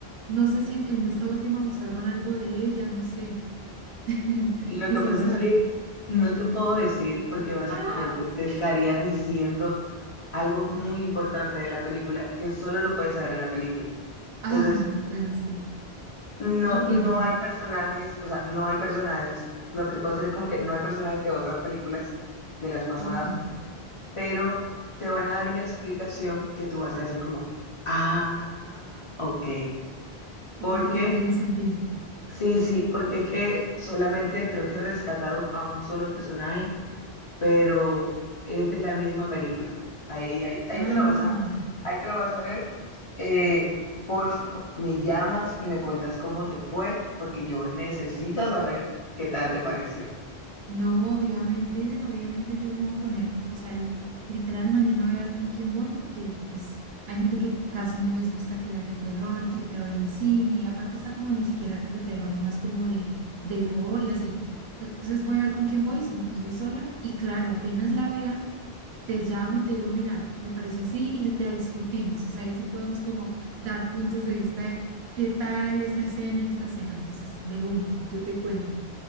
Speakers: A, on the right; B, on the left.
A: No sé si en, en esta última mostraron algo de ella, no sé. <laughs>
B: Lo
A: Quisiera
B: que pasa
A: saber.
B: es que no te puedo decir porque básicamente
A: Ah,
B: te estaría
A: <laughs>
B: diciendo algo muy importante de la película que solo lo puedes saber en la película.
A: ay,
B: Entonces,
A: no, bueno, sí,
B: no,
A: entiendo.
B: no hay personajes, o sea, no hay personajes. Lo que te puedo decir es como que no hay personajes de otras películas de las pasadas,
A: Ok,
B: pero te van a dar una explicación que tú vas a decir como, ah, ok.
A: como
B: Porque,
A: que ya tiene sentido.
B: sí, sí, porque es que solamente creo que rescataron a un solo personaje, pero es de la misma película. Ahí, ahí, ahí
A: Ah.
B: te lo vas a, ahí te lo vas a ver. Eh, porfa, me llamas y me cuentas cómo te fue, porque yo necesito saber qué tal te pareció.
A: No, obviamente, obviamente yo me voy a poner, o sea, l- literal mañana voy a ver con quién voy porque pues hay gente que casi no les gusta que las de terror y que peor en cine y aparte está como ni siquiera es de terror, es más como de, de gore y así. Entonces voy a ver con quién voy, si no pues voy sola y claro, apenas la vea, te llamo y te digo, mira, me parece así y la discutimos, o sea, ahí sí podemos como dar puntos de vista de qué tal esta escena y esta escena, entonces de una, yo te cuento.